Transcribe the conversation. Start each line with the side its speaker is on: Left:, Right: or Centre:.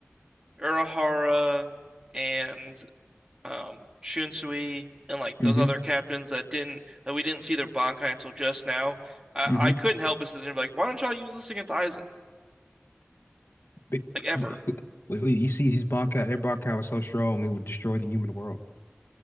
Right: Urahara and um Shunsui and like those
Left: mm-hmm.
Right: other captains that didn't that we didn't see their Bankai until just now. I,
Left: Mm-hmm.
Right: I couldn't help but to be like, why don't y'all use this against Aizen?
Left: But-
Right: Like ever.
Left: but- Wait, wait, <laughs> you see his Bankai, their Bankai was so strong it would destroy the human world.